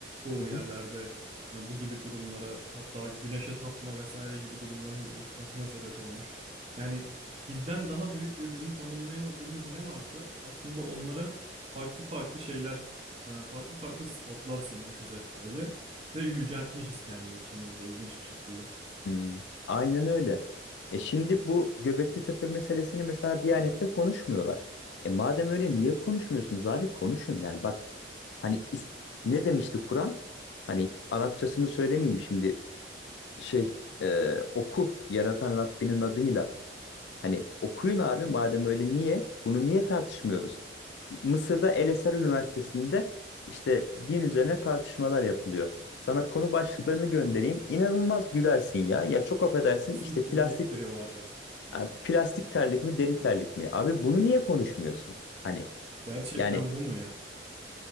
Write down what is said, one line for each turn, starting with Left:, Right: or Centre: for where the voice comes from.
Right: çoğu
Left: hı
Right: yerlerde
Left: hı.
Right: e, bu gibi durumlara, hatta güneşe tapma vesaire gibi durumların oluşmasına sebep olmuş. Yani bizden daha büyük ve bizim tanımlayamadığımız ne varsa aslında onlara farklı farklı şeyler, e, farklı farklı sıfatlar sunmuşuz hep böyle ve yüceltmişiz kendi içimizde ilginç bir şekilde.
Left: Hmm, aynen öyle. E şimdi bu Göbekli Tepe meselesini mesela Diyanet'te konuşmuyorlar. E madem öyle niye konuşmuyorsunuz abi? Konuşun yani bak hani is- ne demişti Kur'an? Hani Arapçasını söylemeyeyim şimdi şey e, oku yaratan Rabbinin adıyla. Hani okuyun abi madem öyle niye? Bunu niye tartışmıyoruz? Mısır'da El Eser Üniversitesi'nde işte din üzerine tartışmalar yapılıyor. Sana konu başlıklarını göndereyim. İnanılmaz gülersin ya. Ya çok affedersin
Right: Kesin
Left: işte
Right: komikleri
Left: plastik
Right: var ya.
Left: yani plastik terlik mi deri terlik mi? Abi bunu niye konuşmuyorsun? Hani
Right: Gerçekten
Left: yani
Right: bu mu yani?